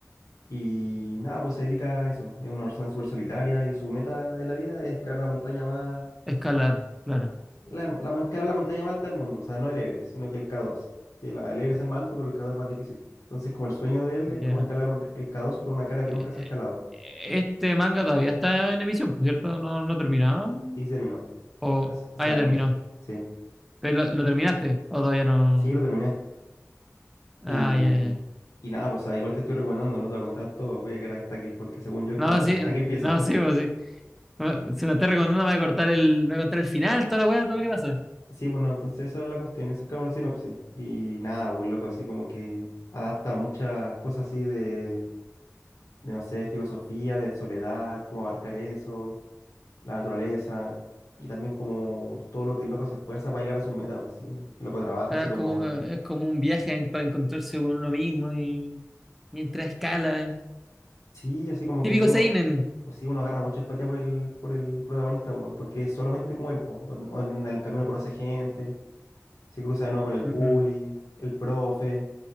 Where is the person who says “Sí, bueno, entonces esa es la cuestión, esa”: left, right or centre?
Left